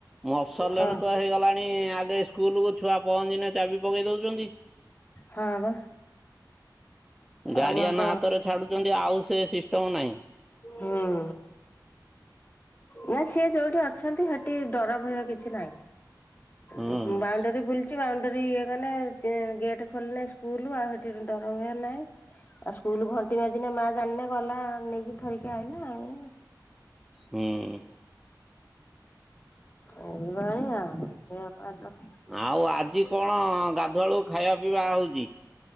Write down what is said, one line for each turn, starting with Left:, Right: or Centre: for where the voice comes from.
Centre: ମଫସଲ୍
Left: ହଁ
Centre: ରେ ତ ହେଇଗଲାଣି ଆଗେ ସ୍କୁଲୁ କୁ ଛୁଆ ପହଞ୍ଚିନା ଚାବି ପକେଇ ଦଉଚନ୍ତି।
Left: ହଁ ବା।
Centre: ଗାଡିଆନ
Left: ଆମର ତ
Centre: ହାତରେ ଛାଡୁଚନ୍ତି ଆଉ ସେ ସିଷ୍ଟମ ନାହିଁ।
Left: ହଁ। ନା ସିଏ ଯଉଠି ଅଛନ୍ତି ସେଠି ଡର ଭୟ କିଛି ନାହିଁ
Centre: ହୁଁ
Left: ମୁଁ ବା ବାଉଣ୍ଡରୀ ବୁଲିଚି ବାଉଣ୍ଡରୀ ଗଲେ ଗେ-ଗେଟ୍ ଖୋଲିଲେ ସ୍କୁଲୁ ଆଉ ସେଠି ଡର ଭୟ ନାହିଁ। ଆଉ ସ୍କୁଲ ଘଣ୍ଟି ବାଜିନେ ମା ଜାଣିନେ ଗଲା ନେଇକି ଧରିକି ଆଇଲା ଆଉ।
Centre: ହୁଁ।
Left: ଏଇଭଳି ଆଉ <unintelligible> ପାଗ।
Centre: ଆଉ ଆଜି କଣ ଗାଧୁଆଳୁ ଖାଇବା ପିଇବା ହଉଚି